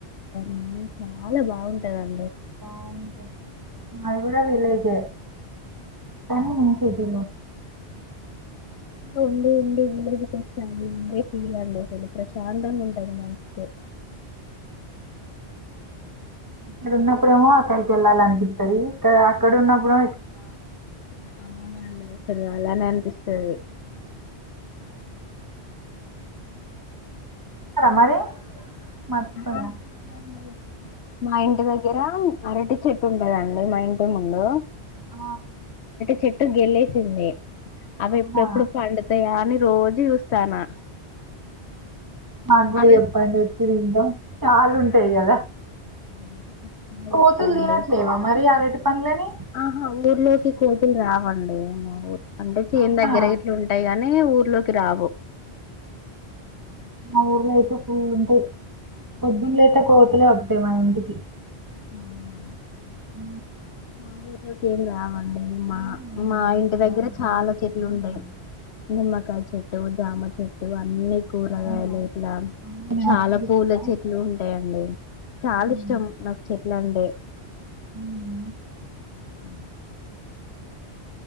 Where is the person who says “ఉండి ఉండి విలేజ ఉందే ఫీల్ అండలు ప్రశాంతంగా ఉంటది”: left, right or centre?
Left